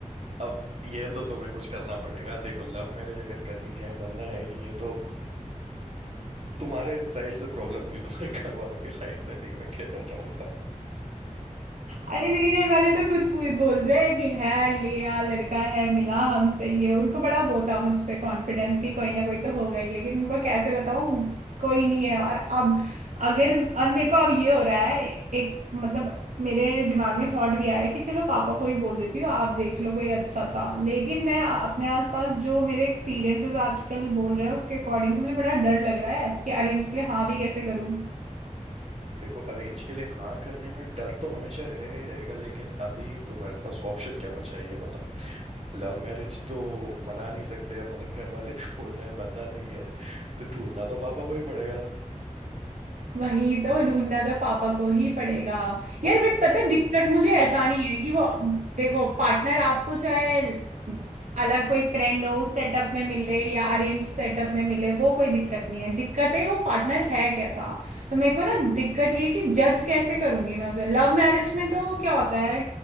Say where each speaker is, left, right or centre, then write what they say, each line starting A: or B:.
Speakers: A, on the right; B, on the right.
A: अब ये तो तुम्हें कुछ करना पड़ेगा देखो लव मैरिज अगर करनी है बंदा है ही नहीं है तो तुम्हारे साइड से प्रॉब्लम हुई तुम्हारे घर वालों के साइड से नहीं मैं कहना चाहूंगा
B: अरे मेरे घर वाले तो खुद पू- बोल रहे हैं कि है लिया लड़का है मिला हमसे ये उनको बड़ा वो था मुझ पे कॉन्फिडेंस कि कोई ना कोई तो होगा ही लेकिन उनको कैसे बताऊं कोई नहीं है और अब अगर और मेरे को अब ये हो रहा है एक मतलब मेरे दिमाग में थॉट भी आया कि चलो पापा को ही बोल देती हूँ आप देख लो कोई अच्छा सा लेकिन मैं अपने आसपास जो मेरे एक्सपीरियंसेस आजकल बोल रहे हैं उसके अकॉर्डिंग तो मुझे बड़ा डर लग रहा है कि अरेंज के लिए हाँ भी कैसे करूँ
A: देखो अरेंज के लिए हाँ करने में डर तो हमेशा रहेगा ही रहेगा लेकिन अभी तुम्हारे पास ऑप्शन क्या बचा है ये बताओ लव मैरिज तो मना नहीं सकते अब मतलब घर वाले भी बोल रहे हैं बंदा नहीं है तो ढूंढना तो पापा को ही पड़ेगा
B: वही तो ढूंढना तो पापा को ही पड़ेगा यार
A: और
B: बट पता है दिक्कत
A: हाँ
B: मुझे ऐसा नहीं है कि वो देखो पार्टनर आपको चाहे अलग कोई फ्रेंड हो उस सेटअप में मिले या अरेंज सेटअप में मिले वो कोई दिक्कत नहीं है दिक्कत है वो पार्टनर है कैसा तो मेरे को ना दिक्कत ये है कि जज कैसे करूंगी मैं उसे लव मैरिज में तो क्या होता है